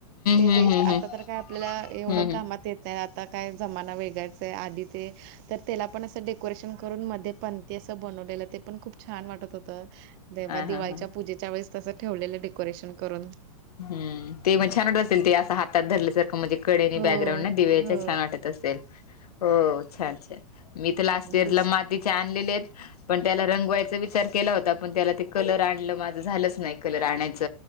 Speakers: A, on the right; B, on the left.
A: ते
B: हम्म
A: वेस्ट
B: हम्म
A: आता
B: हम्म
A: तर काय आपल्याला एवढं
B: हम्म हम्म
A: कामात येत तर आता काय जमाना वेगळाचा आहे आधी ते. तर त्याला पण असं डेकोरेशन करून मध्ये पणती असं बनवलेलं. ते पण खूप छान वाटत होतं तेव्हा
B: हा
A: दिवाळीच्या
B: हा हा
A: पूजेच्या वेळेस तसं ठेवलेलं डेकोरेशन करून.
B: हम् ते मग छानवटत असेल ते असं हातात धलं. जर म्हणजे कडेनी
A: हो.
B: बॅकग्राउंड ना दिवचा
A: हो
B: छान वाटत असेल हो छान छान. मी तर लास्ट
A: आणि
B: इयरला
A: दुस
B: मातीचे आणलेले आहेत पण त्याला रंगवायचा विचार केला होता. पण त्याला कलर आणल माझ झालंच नाही कलर आणायच